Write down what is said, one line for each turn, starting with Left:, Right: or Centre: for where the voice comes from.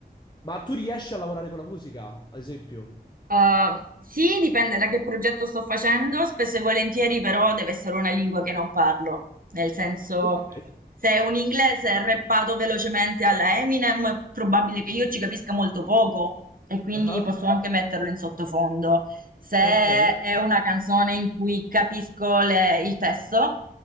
Left: Ma tu riesci a lavorare con la musica, ad esempio?
Right: Uh, sì, dipende da che progetto sto facendo, spesso e volentieri però deve essere una lingua che non parlo, nel senso
Left: Ok.
Right: se è un inglese rappato velocemente alla Eminem è probabile che io ci capisca molto poco e quindi
Left: Ah,
Right: posso anche metterlo in sottofondo. Se
Left: ok.
Right: è una canzone in cui capisco le- il testo,